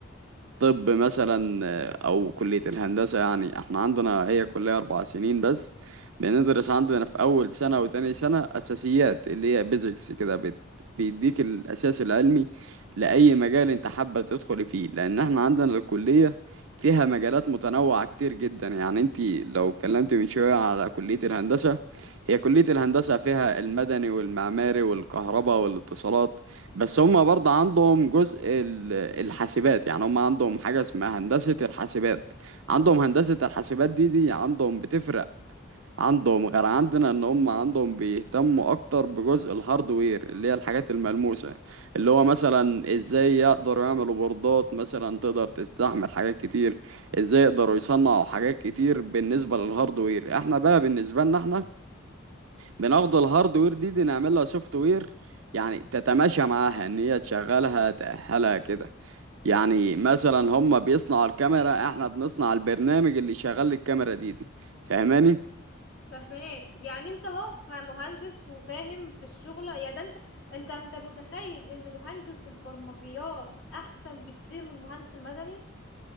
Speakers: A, on the right; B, on the left.
A: طب مثلا او كلية الهندسة يعني احنا عندنا هي كلية اربع سنين بس بندرس عندنا في اول سنة وتاني سنة اساسيات اللي هي بيزكس كده بت- بيديك الاساس العلمي لاي مجال انت حابة تدخل فيه لان احنا عندنا الكلية فيها مجالات متنوعة كتير جدا يعني انت لو اتكلمت من شوية على كلية الهندسة هي كلية الهندسة فيها المدني والمعماري والكهرباء والاتصالات بس هم برضه عندهم جزء ال- الحاسبات يعني هم عندهم حاجة اسمها هندسة الحاسبات عندهم هندسة الحاسبات دي دي عندهم بتفرق عندهم غير عندنا ان هم عندهم بيهتموا اكتر بجزء الهاردوير اللي هي الحاجات الملموسة اللي هو مثلا ازاي يقدروا يعملوا بوردات مثلا تقدر تستحمل حاجات كتير ازاي يقدروا يصنعوا حاجات كتير بالنسبة للهاردوير احنا بقى بالنسبة لنا احنا بناخد الهاردوير دي, دي نعمل لها سوفت وير يعني تتماشى معاها ان هي تشغلها تأهلها كده يعني مثلا هم بيصنعوا الكاميرا احنا بنصنع البرنامج اللي شغال الكاميرا دي دي فاهماني
B: فهماك يعني انت اهو مهندس وفاهم في الشغل يعني ده انت انت انت متخيل ان مهندس البرمجيات احسن بكتير من المهندس المدني